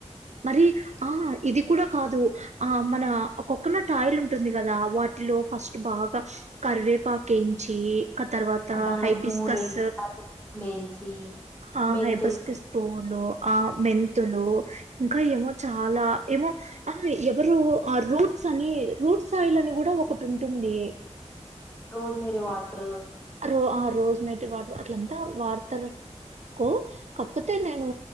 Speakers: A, on the right; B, on the left.
A: మరి ఆ ఇది కూడా కాదు ఆ మన ఆ కొక్కనట్ ఆయిల్ ఉంటుంది కదా వాటిలో ఫస్ట్ బాగా కరివేపాకేంచి క తర్వాత
B: దానిలో
A: హైబిస్కస్
B: పూలు వేయించి పూలు వేయించి
A: ఆ
B: మెంతులు
A: హైబస్కస్ పువులు ఆ మెన్ తులూ ఇంకా ఏమో చాలా ఏమో ఆ ఎవరు ఆ రూట్ ట్స్ అని రూట్స్ ఆయిల్ అని కూడా ఒకటుంటుంది
B: రోజ్మెరీ వాట్రూ
A: రో ఆ రోజ్ మేటి వాటర్ అట్లంతా వాడతా రుకు కాకపోతే నేను